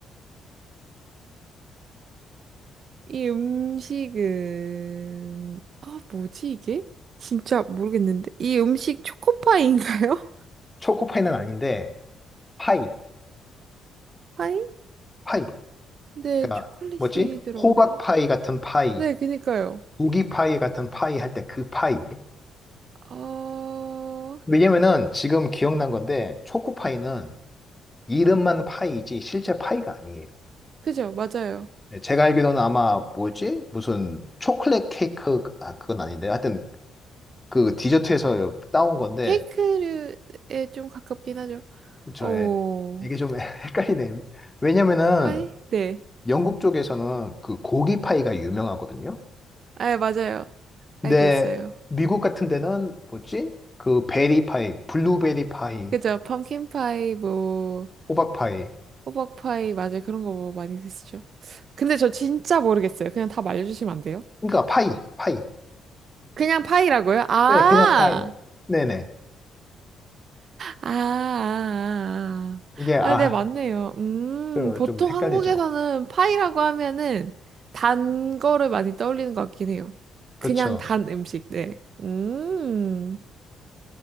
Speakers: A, on the right (about 55°); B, on the left (about 15°).
A: 이 음식은, 아, 뭐지 이게? 진짜 모르겠는데. 이 음식 초코파이인가요?
B: 초코파이는 아닌데, 파이,
A: <laughs> 파이?
B: 파이.
A: 네,
B: 그러니까,
A: 초콜릿이
B: 뭐지?
A: 들어간다.
B: 호박파이 같은 파이,
A: 네, 그니까요.
B: 고기파이 같은 파이 할 때 그 파이.
A: 어,
B: 왜냐면은 지금 기억난 건데, 초코파이는 이름만 파이지 실제 파이가 아니에요.
A: 그죠, 맞아요.
B: 네, 제가 알기로는 아마 뭐지? 무슨 초콜릿 케이크, 아, 그건 아닌데. 하여튼 그 디저트에서 따온 건데,
A: 케이크류에 좀 가깝긴 하죠.
B: 저의
A: 오,
B: 이게 좀 <laughs> 헷갈리네. 왜냐면은
A: 파이? 네.
B: 영국 쪽에서는 그 고기파이가 유명하거든요.
A: 아, 맞아요.
B: 근데
A: 알고 있어요.
B: 미국 같은 데는 뭐지? 그 베리 파이, 블루베리 파이,
A: 그죠? 펌킨파이, 뭐,
B: 호박 파이.
A: 호박파이, 맞아요. 그런 거 뭐 많이 드시죠? 근데 저 진짜 모르겠어요. 그냥 답 알려주시면 안 돼요?
B: 그러니까 파이, 파이.
A: 그냥 파이라고요? 아!
B: 네, 그냥 파이.
A: 아,
B: 네네.
A: 아, 아.
B: 이게 아,
A: 아, 아, 네, 맞네요. 음,
B: 그,
A: 보통
B: 좀 헷갈리죠.
A: 한국에서는 파이라고 하면은 단 거를 많이 떠올리는 것 같긴 해요.
B: 그렇죠.
A: 그냥 단 음식, 네. 음,